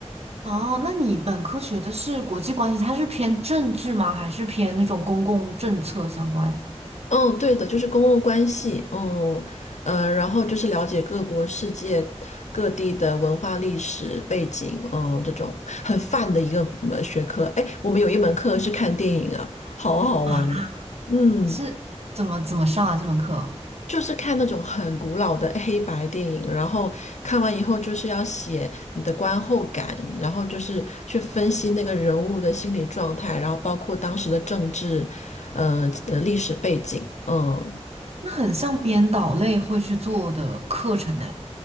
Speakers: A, on the right (about 65°); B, on the left (about 85°).
A: 哦，那你本科学的是国际关系，它是偏政治吗？还是偏那种公共政策相关
B: 嗯，对的，就是公共关系，嗯，呃，然后就是了解各国世界各地的文化历史背景，嗯，这种很泛的一个呃学科。哎，我们有一门课是看电影啊，好好玩。
A: 啊？
B: 嗯，
A: 是怎么怎么上啊这门课？
B: 就是看那种很古老的黑白电影，然后看完以后就是要写你的观后感，然后就是去分析那个人物的心理状态，然后包括当时的政治，呃，呃历史背景，嗯。
A: 那很像编导类会去做的课程呢。